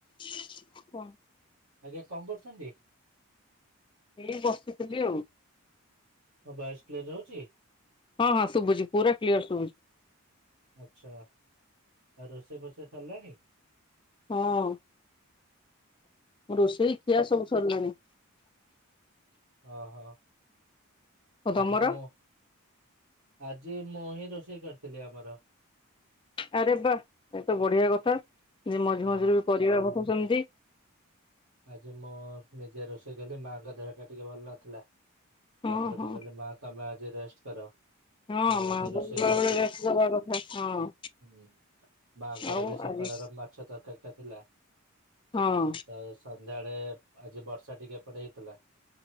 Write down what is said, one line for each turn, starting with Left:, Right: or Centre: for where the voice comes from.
Left: ହୁଁ
Right: ଆଜ୍ଞା କଣ କରୁଛନ୍ତି?
Left: ଏଇ ବସିଥିଲି ଆଉ।
Right: ହଁ ଭଏସ କ୍ଲିୟର ହଉଛି?
Left: ହଁ ହଁ ଶୁଭୁଛି ପୁରା କ୍ଲିୟର ଶୁଭୁଛି।
Right: ଆଛା ଆଉ ରୋଷେଇ ଫୋଷେଇ ସରିଲାଣି?
Left: ହଁ। ମୋ ରୋଷେଇ ଖିଆ ସବୁ ସରିଲାଣି।
Right: ହ-ହ
Left: ଆଉ ତମର
Right: ଆଜି ତ ମୁଁ ଆଜି ମୁଁ ହିଁ ରୋଷେଇ କରିଥିଲି ଆମର।
Left: ଆରେ ବା ଏତ ବଢିଆ କଥା, ଯେ ମଝି
Right: ଅ
Left: ମଝିରେ ବି ପରିବା କାଟୁଚନ୍ତି।
Right: ଆଜି ମୁଁ ନିଜେ ରୋଷେଇ କଲି ମାଆ ଙ୍କ ଦେହ ଟା ଟିକେ ଭଲ ନଥିଲା।
Left: ହଁ
Right: ତାପରେ
Left: ହଁ।
Right: ମୁଁ କହିଲି ମାଆ ତମେ ଆଜି ରେଷ୍ଟ କର।
Left: ହଁ
Right: ମୁଁ
Left: ମାଙ୍କୁ
Right: ଆଜି ରୋଷେଇ
Left: ବି ବେଳେ-ବେଳେ
Right: କରୁଛି।
Left: ରେଷ୍ଟ ଦେବା କଥା ହଁ।
Right: ହୁଁ ମାଆଙ୍କର
Left: ଆଉ
Right: ବି ସକାଳର
Left: ଆଜି
Right: ମାଛ ତରକାରୀ ଟା ଥିଲା।
Left: ହଁ।
Right: ତ ସନ୍ଧ୍ୟାବେଳେ ଆଜି ବର୍ଷା ଟିକେ ଏପଟେ ହେଇଥିଲା।